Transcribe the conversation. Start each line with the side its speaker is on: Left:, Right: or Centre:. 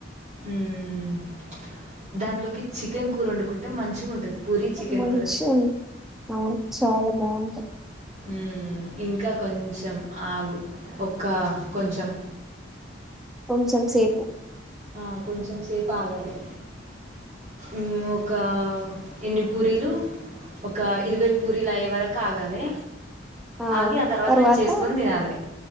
Right: ఉమ్ దాంట్లోకి చికెన్ కూర వండుకుంటే మంచ్చిగుంటది పూరి చికెన్
Centre: మంచి
Right: కూర
Centre: అవును చాలా బ్యాన్
Right: ఉమ్ ఇంకా కొంచ్చం ఆగు ఒక్క కొంచం
Centre: కొంసం సేపు
Right: ఆ కొంచెం సేపు ఆగాలె ఉమ్ ఒక్కా ఎన్ని పూరీలు ఒకా ఇరవై పూరీలు అయ్యే వరకు ఆగాలె
Centre: ఆ
Right: ఆగి
Centre: తర్వాత
Right: చేసుకొని తినాలె.